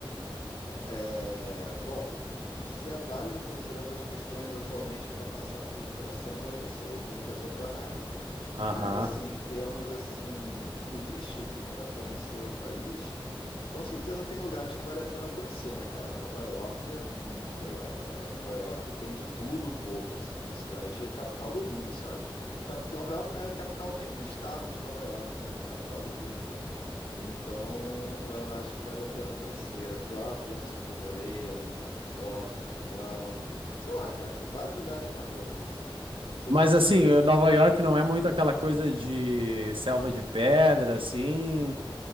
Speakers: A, on the left; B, on the right.
A: É, bom, se é válido considerando as questões atualmente para passar pela imigração, aí não sei, você tem que fazer a tua análise.
B: Aham.
A: Mas assim, em termos assim turístico para conhecer o país, Com certeza tem lugares que vale a pena conhecer, né, cara? Nova York é muito legal, cara. Nova York tem de tudo um pouco, assim, é uma cidade capital do mundo, sabe? Cap- Nova York não é capital nem do estado de Nova York, mas é capital do mundo. Então, eu acho que vale a pena conhecer. Providence, onde eu morei, ali perto de Boston, é legal. Sei lá, cara, tem vários lugares maneiros, assim. Você
B: Mas
A: tá pensando
B: assim, eh,
A: o quê?
B: Nova York não é muito aquela coisa de selva de pedra, assim.